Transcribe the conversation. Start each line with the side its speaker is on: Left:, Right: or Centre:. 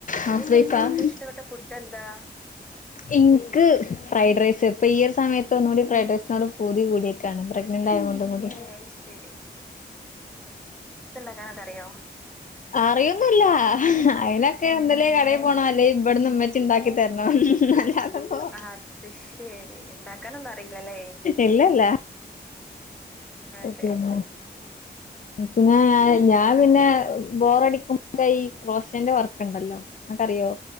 Left: ഹൗസ്
Centre: നിനക്കെന്താ
Left: വൈഫാ
Centre: ഏറ്റവും ഇഷ്ടപ്പെട്ട ഫുഡ് എന്താ
Left: എനിക്ക് ഫ്രൈഡ് റൈസ് ഇപ്പൊ ഈയ ഒരു സമയത്ത ഒന്നുകൂടി ഫ്രൈഡ് റൈസിനോട് പൂതി കൂടിയൊക്കാണ് പ്രേഗ് നൻ്റായോണ്ട് കൂടി
Centre: ഏ ശരി വെക്കനൊക്കെ അറിയോ
Left: അറിയൊന്നുല്ല അയിനൊക്കെ എന്തല കടയിൽ
Centre: ഏ
Left: പോണം അല്ലേ ഇവിടന്ന്മ്മ ചിണ്ടാക്കി തരണം അല്ലാതെപ്പോ
Centre: <unintelligible> ശരി ഉണ്ടാക്കാനൊന്നും അറിയില്ലല്ലേ
Left: ഇല്ലല്ല
Centre: അതെ
Left: പിന്നെ
Centre: ഉം.
Left: പിന്നെ ഞാൻ പിന്നെ ബോറടിക്കുമ്പോ കൈ ക്രോഷന്റെ വർക്ക്ണ്ടല്ലോ നക്കറിയോ